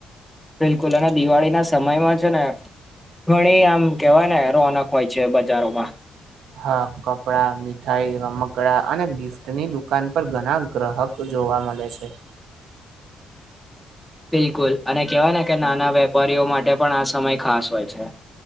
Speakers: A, in the centre; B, on the right.
A: બિલકુલ! અને દિવાળી ના સમયમાં છે ને ઘણી આમ કેવાય ને રોનક હોય છે બજારોમાં.
B: હા! કપડાં, મીઠાઈ, રમકડા અને ગિફ્ટની દુકાન પર ઘણા ગ્રાહક જોવા મળે છે.
A: બિલકુલ! અને કેવાય ને કે, નાના વેપારીઓ માટે પણ આ સમય ખાસ હોય છે.